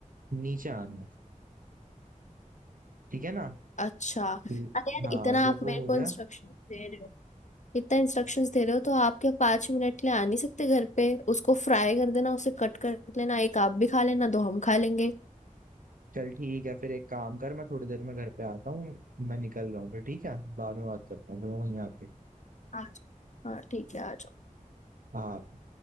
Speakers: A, on the right (about 80°); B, on the left (about 60°).
A: नीचे आना है। ठीक है ना
B: अच्छा
A: ठीक।
B: अरे यार
A: हाँ
B: इतना
A: जब
B: आप
A: वो
B: मेरे को
A: हो जाए
B: इंस्ट्रक्शन दे रहे हो इतना इंस्ट्रक्शंस दे रहे हो तो आप क्या पाँच मिनट के लिए आ नहीं सकते घर पे उसको फ्राई कर देना उसे कट कर लेना एक आप भी खा लेना दो हम खा लेंगे
A: चल ठीक है फिर एक काम कर मैं थोड़ी देर में घर पे आता हूँ मैं निकल रहा हूँ फिर ठीक है बाद में बात करता हूँ फिर मैं वहीं आके
B: आज हाँ ठीक है आ जाओ
A: हाँ